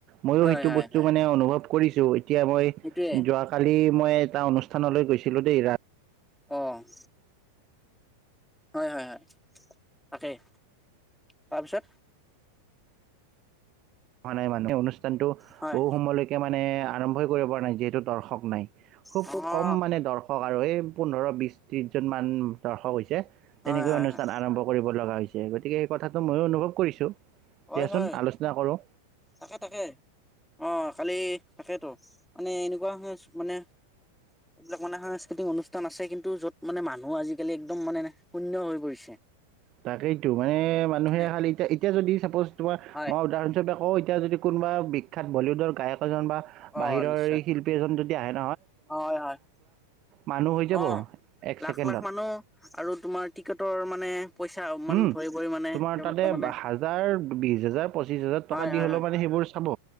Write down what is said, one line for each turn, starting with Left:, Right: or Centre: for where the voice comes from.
Right: ময়ো
Centre: হয়
Right: সেইটো
Centre: হয়
Right: বস্তু
Centre: হয়
Right: মানে অনুভৱ কৰিছো এতিয়া মই
Centre: সেইটোয়ে
Right: যোৱাকালি মই এটা অনুষ্ঠানলৈ গৈছিলো দেই ৰা
Centre: অ' হয়, হয়, হয়, তাকেই, তাৰপিছত?
Right: নাই মানুহ, এই অনুষ্ঠানতটো
Centre: হয়
Right: বহু সময়লৈকে মানে আৰম্ভই কৰিব পৰা নাই যিহেতু দৰ্শক নাই। খুব
Centre: অ
Right: কম মানে দৰ্শ আৰু এই পোন্ধৰ, বিছ, ত্ৰিছজনমান দৰ্শক হৈছে।
Centre: হয়
Right: তেনেকৈ
Centre: হয়
Right: অনুষ্ঠান
Centre: হয়
Right: আৰম্ভ কৰিব লগা হৈ গতিকে এই কথাটো মইও অনুভৱ কৰিছোঁ।
Centre: হয়
Right: দিয়াচোন
Centre: হয়
Right: আলোচনা কৰো।
Centre: তাকে, তাকে, অ' কালি তাকেইতো। মানে এনেকুৱা সাছ-মানে, এইবিলাক মানে সাংস্কৃতিক অনুষ্ঠান আছে কিন্তু, য'ত মানে মানুহ আজিকালি একদম মানে শূণ্য হৈ পৰিছে।
Right: তাকেইতো, মানে মানুহে
Centre: মানে
Right: খালী এত এতিয়া যদি ছাপ'জ তোমাৰ
Centre: হয়
Right: মই উদাহৰণস্বৰূপে কওঁএতিয়া যদি কোনোবা বিখ্যাত বলিউডৰ গায়ক বা
Centre: অ
Right: বাহিৰৰ
Centre: নিশ্চয়
Right: এই শিল্পী এজন অঃ
Centre: হয় হয়
Right: মানুহ হৈ যাব
Centre: অঁ
Right: এক
Centre: লাখ
Right: ছেকেণ্ডত
Centre: লাখ মানুহ আৰু তোমাৰ টিকেটৰ মানে পইচা ইমান
Right: উম
Centre: ভৰি ভৰি মানে
Right: তোমাৰ
Centre: তেওঁলোকে
Right: তাতে
Centre: মানে
Right: হাজাৰ বিশ হাজাৰ পঁচিশ হাজাৰ
Centre: হয়,
Right: টকা দি
Centre: হয়,
Right: হলেও
Centre: হয়,
Right: মানে সেইবোৰ চাব